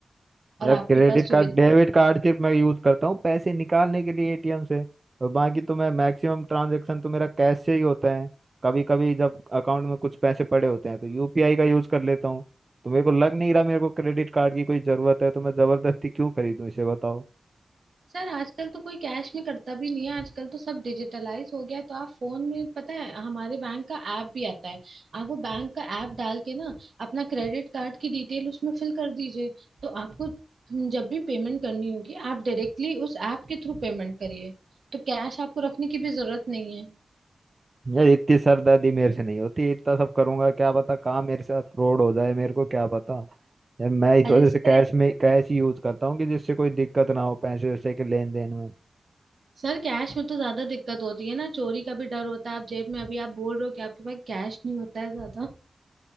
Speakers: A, on the right; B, on the right.
A: और
B: यार
A: आपके
B: क्रेडिट
A: पास सुविधा
B: कार्ड डेबिट कार्ड सिर्फ मैं यूज करता हूँ पैसे निकालने के लिए एटीएम से और बाकी तो मैं मैक्सिमम ट्रांजैक्शन तो मेरा कैश से ही होता है कभी कभी जब अकाउंट में कुछ पैसे पड़े होते हैं तो यूपीआई का यूज कर लेता हूँ तो मेरे को लग नहीं रहा मेरे को क्रेडिट कार्ड की कोई जरूरत है तो मैं जबरदस्ती क्यों खरीदूं इसे बताओ
A: सर आजकल तो कोई कैश में करता भी नहीं है आजकल तो सब डिजिटलाइज हो गया है तो आप फोन में पता है हमारे बैंक का ऐप भी आता है आप वो बैंक का ऐप डाल के ना अपना क्रेडिट कार्ड की डिटेल उसमें फिल कर दीजिए तो आपको जब भी पेमेंट करनी होगी आप डायरेक्टली उस ऐप के थ्रू पेमेंट करिए तो कैश आपको रखने की भी जरूरत नहीं है
B: यार इतनी सरदर्दी मेरे से नहीं होती इतना सब करूंगा क्या पता कहाँ मेरे साथ फ्रॉड हो जाए मेरे को क्या पता यार मैं इस
A: अरे
B: वजह
A: सर
B: से कैश में कैश ही यूज करता हूँ कि जिससे कोई दिक्कत ना हो पैसे वैसे के लेन देन में
A: सर कैश में तो ज्यादा दिक्कत होती है ना चोरी का भी डर होता है आप जेब में अभी आप बोल रहे हो कि आपके पास कैश नहीं होता है ज्यादा